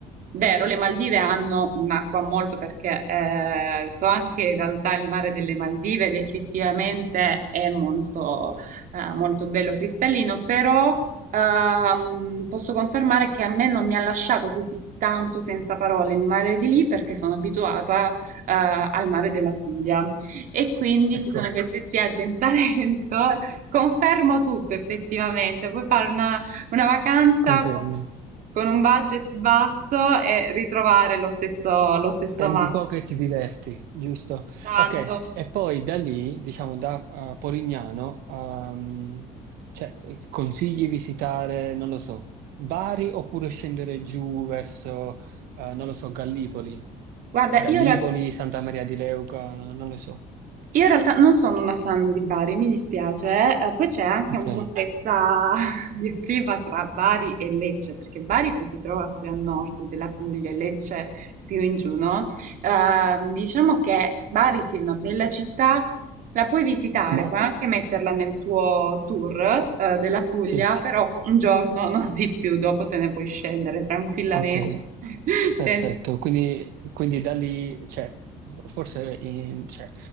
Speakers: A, on the right; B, on the right.
A: Vero, le Maldive hanno un'acqua molto perché eh, so anche in realtà il mare delle Maldive ed effettivamente è molto, eh, molto bello cristallino, però ehm, posso confermare che a me non mi ha lasciato così tanto senza parole il mare di lì perché sono abituata eh, al mare della Puglia. E quindi
B: Ecco,
A: ci sono queste spiagge in Salento. <laughs> Confermo tutto effettivamente. Puoi fare una, una vacanza
B: confermi.
A: con, con un budget basso e ritrovare lo stesso, lo stesso
B: Spendi
A: mare.
B: poco e ti diverti, giusto?
A: Tanto.
B: Ok, e poi da lì, diciamo da eh, Polignano, ehm, cioè, eh, consigli visitare, non lo so, Bari oppure scendere giù verso, eh, non lo so, Gallipoli,
A: Guarda,
B: Gallipoli,
A: io in realtà
B: Santa Maria di Leuca, non lo so.
A: Io in realtà non sono una fan di Bari, mi dispiace, eh. Eh, Poi c'è anche
B: Ok,
A: un po' questa <laughs> diatriba tra Bari e Lecce, perché Bari poi si trova più a nord della Puglia e Lecce più in giù, no? Ehm, diciamo che Bari sì, è una bella città, la puoi visitare,
B: ma
A: puoi anche metterla nel tuo tour, eh, della Puglia,
B: sì,
A: però un giorno, <laughs> non di più, dopo te ne puoi scendere tranquillamente,
B: ok.
A: <laughs>
B: Perfetto,
A: senza...
B: quindi, quindi da lì, cioè, forse in- cioè,